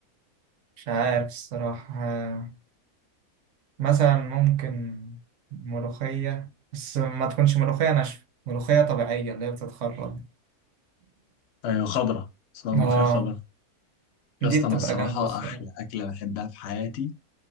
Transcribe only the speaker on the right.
مش عارف الصراحة آه، مثلا ممكن ملوخية بس ما تكونش ملوخية ناشفة ملوخية طبيعية اللي هي بتتخرط
اه
دي
بتبقى
جامدة الصراحة